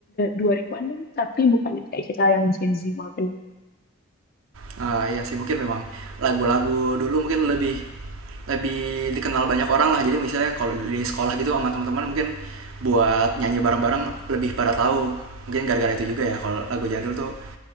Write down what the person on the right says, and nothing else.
Ah iya sih mungkin memang lagu-lagu dulu mungkin lebih lebih dikenal banyak orang lah jadi misalnya kalau di sekolah gitu sama teman-teman mungkin buat nyanyi bareng-bareng lebih pada tahu mungkin gara-gara itu juga ya kalau lagu jadul tuh